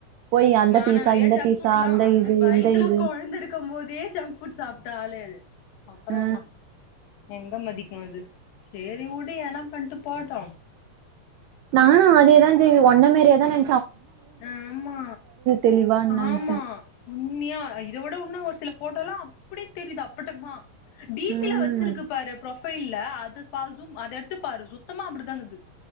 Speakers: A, on the right (about 85°); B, on the left (about 85°).
A: போய் அந்த
B: மானவரியா
A: பீஸா இந்த
B: ஜங்க்
A: பீஸா
B: ஃபுட்லா
A: அந்த
B: அது
A: இது
B: வயத்துல
A: இந்த இது
B: கொழந்த இருக்கம் போதே ஜங்க் ஃபுட்ஸ் சாப்ட்ட ஆலே அது அப்புற
A: ஆ
B: என்னா எங்க மதிக்கு இது சேரி வுடு ஏன்னா பண்ட்டு போட்டு
A: நானு அதேதா செய்வே ஒன்ன மாரியே தா நா
B: நா ஆமா
A: தெளிவான் நெனச்சே
B: ஆமா உண்மையா இத விட உன்னு ஒரு சில ஃபோட்டோல்ல அப்டே தெரிது அப்பட்டமா டீ
A: ம்
B: பில வச்சிருக்கு பாரு புரொஃபைல்ல அ து பால்சூம் அத எடுத்து பாரு சுத்தமா அப்டிதாங்குது